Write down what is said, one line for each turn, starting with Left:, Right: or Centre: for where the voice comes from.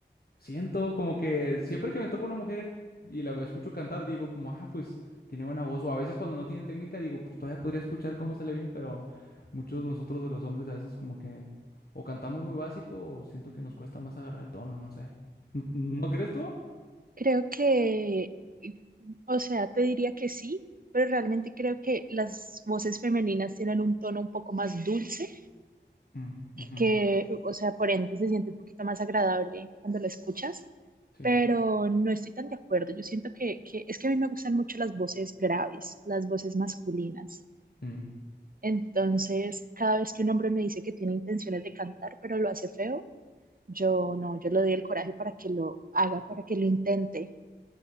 Left: Siento como que siempre que me topo una mujer y la escucho cantar, digo como, ah, pues tiene buena voz. O a veces cuando no tienen técnica, digo, pues todavía podría escuchar cómo sale bien, pero muchos de nosotros de los hombres a veces como que o cantamos muy básico o siento que nos cuesta más agarrar el tono, no sé. ¿No, no crees tú?
Right: Creo que, o sea, te diría que sí, pero realmente creo que las voces femeninas tienen un tono un poco más dulce,
Left: Mm, ujú,
Right: que, o sea, por ende se siente un poquito más agradable cuando la escuchas,
Left: sí.
Right: pero no estoy tan de acuerdo. Yo siento que, que es que a mí me gustan mucho las voces graves, las voces masculinas.
Left: Mm.
Right: Entonces, cada vez que un hombre me dice que tiene intenciones de cantar, pero lo hace feo, yo no, yo le doy el coraje para que lo haga, para que lo intente